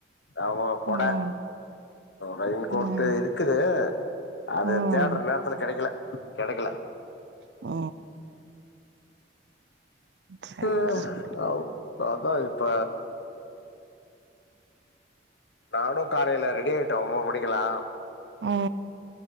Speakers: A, on the left; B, on the right.
A: அவுங்க கொட
B: ம்
A: ரெயின்கோட்டு
B: ம்
A: இருக்குது அது
B: ம்
A: தேட்ற நேரத்துல கெடைக்கல கெடைக்கல
B: ஆ சேர்
A: ம்
B: சேர்
A: ஆ அதான் இப்ப நானும் காலேல ரெடியாயிட்டேன் ஒன்பது மணிக்கல்லாம்
B: ஆ